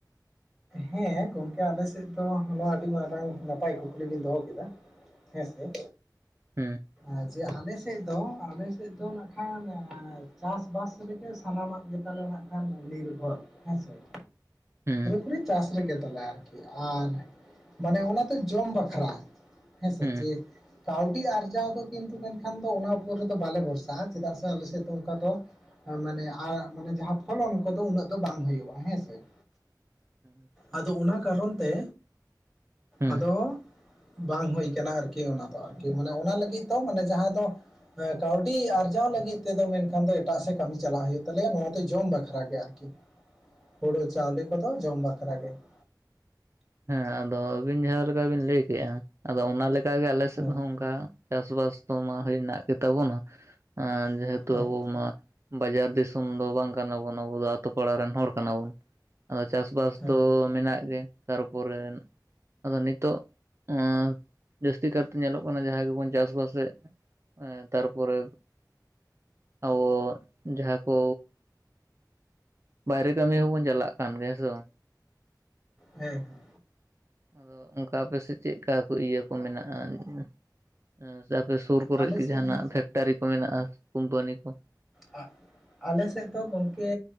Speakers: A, in the centre; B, on the right.
A: ᱦᱮᱸ ᱜᱚᱢᱠᱮ, ᱟᱞᱮ ᱥᱮᱫ ᱫᱚ, ᱟᱹᱰᱤ ᱢᱟᱨᱟᱝ ᱱᱟᱯᱟᱭ, ᱠᱩᱠᱞᱤ ᱵᱤᱱ ᱫᱚᱦᱚ ᱠᱮᱫᱟ ᱾ ᱦᱮᱸ ᱥᱮ,
B: ᱦᱩᱸ
A: ᱟᱡ ᱡᱮ ᱟᱞᱮ ᱥᱮᱫ ᱫᱚ, ᱟᱞᱮ ᱥᱮᱫ ᱫᱚ ᱱᱟᱜ ᱠᱷᱟᱱ, ᱪᱟᱥ ᱵᱟᱥ ᱨᱮᱜᱮ, ᱥᱟᱱᱟᱢᱟᱜ ᱜᱮ ᱾ ᱛᱟᱞᱮ ᱵᱟᱝ ᱠᱷᱟᱱ, ᱱᱤᱨᱵᱷᱚᱨ, ᱦᱮᱸᱥᱮ ᱾
B: ᱮᱸᱻ ᱾
A: ᱯᱩᱨᱨ ᱪᱟᱥ ᱨᱮᱜᱮ, ᱛᱟᱞᱮ ᱟᱨᱠᱤ, ᱟᱨ, ᱢᱟᱱᱮ ᱚᱱᱟᱛᱮ, ᱡᱚᱢ ᱵᱟᱠᱷᱨᱟ ᱾ ᱦᱮᱸ ᱥᱮ,
B: ᱦᱩᱸ
A: ᱡᱮ ᱠᱟᱹᱣᱰᱤ ᱟᱨᱡᱟᱣ ᱫᱚ, ᱠᱤᱱᱛᱩ ᱢᱮᱱᱠᱷᱟᱱ, ᱚᱱᱟ ᱩᱯᱚᱨ ᱨᱮᱫᱚ, ᱵᱟᱞᱮ ᱵᱷᱚᱨᱥᱟᱜᱼᱟ ᱾ ᱪᱮᱫᱟᱜ ᱥᱮ, ᱟᱞᱮ ᱥᱮᱫ ᱫᱚ, ᱚᱱᱠᱟ ᱫᱚ, ᱢᱟᱱᱮ, ᱢᱟᱱᱮ ᱡᱟᱦᱟᱸ, ᱯᱷᱚᱞᱚᱱ ᱠᱚᱫᱚ, ᱩᱱᱟᱹᱜ ᱫᱚ, ᱵᱟᱝ ᱦᱩᱭᱩᱜᱼᱟ, ᱦᱮᱸᱥᱮ ᱾
B: ᱟᱪᱪᱷᱟ
A: ᱟᱫᱚ, ᱚᱱᱟ ᱠᱟᱨᱚᱱ ᱛᱮ,
B: ᱦᱩᱸ
A: ᱟᱫᱚ ᱵᱟᱝ ᱦᱩᱭ ᱠᱟᱱᱟ ᱟᱨᱠᱤ, ᱚᱱᱟ ᱫᱚ ᱟᱨᱠᱤ ᱢᱟᱱᱮ, ᱚᱱᱟ ᱞᱟᱹᱜᱤᱫ ᱫᱚ, ᱢᱟᱱᱮ ᱡᱟᱦᱟᱸ ᱫᱚ ᱠᱟᱹᱣᱰᱤ ᱟᱨᱡᱟᱣ ᱞᱟᱹᱜᱤᱫ ᱛᱮᱫᱚ, ᱢᱮᱱᱠᱷᱟᱱ ᱫᱚ, ᱮᱴᱟᱜ ᱥᱮᱫ ᱠᱟᱹᱢᱤ ᱪᱟᱞᱟᱜ ᱦᱩᱭᱩᱜ ᱛᱟᱞᱮᱭᱟ, ᱱᱚᱣᱟ ᱫᱚ, ᱡᱚᱢ ᱵᱟᱠᱷᱨᱟ ᱜᱮ, ᱟᱨᱠᱤ ᱾ ᱦᱳᱲᱳ ᱪᱟᱣᱞᱮ ᱠᱚᱫᱚ, ᱡᱚᱢ ᱵᱟᱠᱷᱨᱟ ᱜᱮ ᱾
B: ᱦᱮᱸ, ᱟᱫᱚ ᱟᱹᱵᱤᱱ ᱡᱟᱦᱟᱸᱞᱮᱠᱟ ᱵᱤᱱ, ᱞᱟᱹᱭ ᱠᱮᱜᱼᱟ ᱾ ᱟᱫᱚ ᱚᱱᱟ ᱞᱮᱠᱟ ᱜᱮ, ᱟᱞᱮ ᱥᱮᱫ
A: ᱦᱮᱸ
B: ᱦᱚᱸ, ᱚᱱᱠᱟ ᱪᱟᱥ-ᱵᱟᱥ ᱛᱚ ᱢᱟ, ᱦᱮᱱᱟᱜ ᱜᱮ ᱛᱟᱵᱚᱱᱟ ᱾ ᱮᱸᱻ ᱡᱮᱼᱦᱮᱛᱩ
A: ᱦᱮᱸ
B: ᱟᱵᱚ ᱢᱟ ᱵᱟᱡᱟᱨ ᱫᱤᱥᱚᱢ ᱫᱚ, ᱵᱟᱝ ᱠᱟᱱᱟ ᱵᱚᱱ, ᱟᱵᱚ ᱫᱚ, ᱟᱛᱳ ᱯᱟᱲᱟ ᱨᱮᱱ, ᱦᱚᱲ ᱠᱟᱱᱟ ᱵᱚᱱ ᱾ ᱟᱫᱚ, ᱪᱟᱥ-ᱵᱟᱥ
A: ᱦᱮᱸ
B: ᱫᱚ, ᱢᱮᱱᱟᱜ ᱜᱮ, ᱛᱟᱨ ᱯᱚᱨᱮ ᱟᱫᱚ, ᱱᱤᱛᱚᱜ ᱳᱸᱻ ᱡᱟᱹᱥᱛᱤ ᱠᱟᱛᱮ, ᱧᱮᱞᱚᱜ ᱠᱟᱱᱟ, ᱡᱟᱦᱟᱸ ᱜᱮ ᱵᱚᱱ ᱪᱟᱥ-ᱵᱟᱥᱼᱮᱫ ᱮᱸᱻᱛᱟᱨ ᱯᱚᱨᱮ, ᱟᱵᱚ ᱡᱟᱦᱟᱸ ᱠᱚ ᱵᱟᱭᱨᱮ ᱠᱟᱹᱢᱤ ᱦᱚᱸ ᱵᱚᱱ, ᱪᱟᱞᱟᱜ ᱠᱟᱱ ᱜᱮ, ᱦᱮᱸ ᱥᱮ ᱵᱟᱝ?
A: ᱦᱮᱸ ᱦᱮ <inaudible>
B: ᱟᱫᱚ, ᱚᱱᱠᱟ ᱟᱯᱮ ᱥᱮᱫ, ᱪᱮᱫ ᱞᱮᱠᱟ ᱤᱭᱟᱹ ᱠᱚ, ᱢᱮᱱᱟᱜᱼᱟ? ᱮᱸᱻᱥᱮ, ᱟᱯᱮ ᱥᱩᱨ ᱠᱚᱨᱮ
A: ᱟᱞᱮ
B: ᱜᱮ,
A: ᱥᱮᱫ
B: ᱡᱟᱦᱟᱸᱱᱟᱜ ᱯᱷᱮᱠᱴᱟᱨᱤ ᱠᱚ, ᱢᱮᱱᱟᱜᱼᱟ, ᱠᱳᱢᱯᱟᱱᱤ ᱠᱚ ᱾
A: ᱦᱟᱜ ᱾ ᱟᱞᱮ ᱥᱮᱫ ᱫᱚ ᱜᱚᱝᱠᱮ,